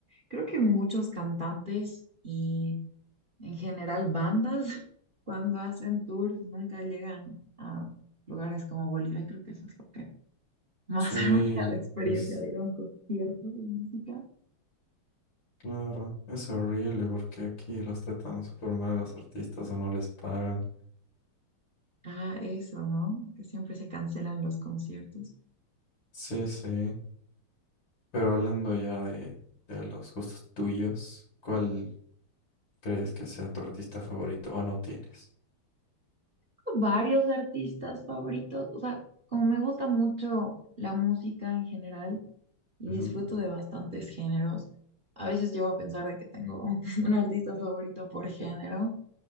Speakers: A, on the right (about 30°); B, on the left (about 60°).
A: Creo que muchos cantantes y en general bandas, <laughs> cuando hacen tours, nunca llegan a lugares como Bolivia. y Creo que eso es lo que más
B: Sí,
A: <laughs> arruina la experiencia
B: es
A: de ir a un concierto de música.
B: claro, es horrible porque aquí los tratan súper mal a los artistas o no les pagan.
A: Ah, eso, ¿no? Que siempre se cancelan los conciertos.
B: Sí, sí. Pero hablando ya de, de los gustos tuyos, ¿cuál crees que sea tu artista favorito o no tienes?
A: varios artistas favoritos. O sea, como me gusta mucho la música en general y
B: Ujú.
A: disfruto de bastantes géneros, a veces llego a pensar de que tengo <laughs> un artista favorito por género,